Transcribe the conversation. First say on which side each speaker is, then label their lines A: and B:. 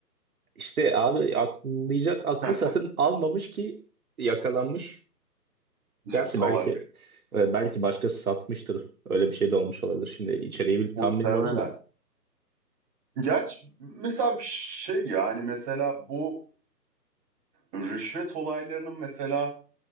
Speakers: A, on the right; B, on the right.
A: İşte abi akıllayacak aklı
B: <laughs>
A: satın almamış ki yakalanmış.
B: İşte
A: Gerçi
B: salak.
A: belki e, belki başkası satmıştır. Öyle bir şey de olmuş olabilir. Şimdi içeriği bil-
B: Muhtemelen.
A: tam bilmiyoruz da.
B: Gerçi mesela bir şey yani mesela bu rüşvet olaylarının mesela